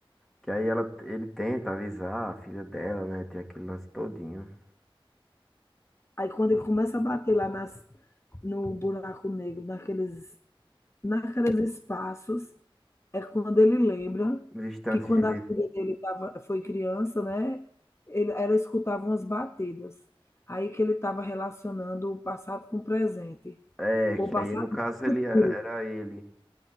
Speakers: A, in the centre; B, on the left (about 30°).
A: Que aí ela, ele tenta avisar a filha dela, né? Tem aquele lance todinho.
B: Aí quando ele começa a bater lá nas, no buraco negro, naqueles, naqueles espaços É quando ele lembra
A: Os instantes
B: que quando
A: de
B: a
A: livro.
B: filha dele tava, foi criança, né? Ele, ela escutava umas batidas. Aí que ele estava relacionando o passado com o presente.
A: É,
B: O
A: que
B: passado
A: aí no caso
B: não, o
A: ele era,
B: futuro.
A: era ele.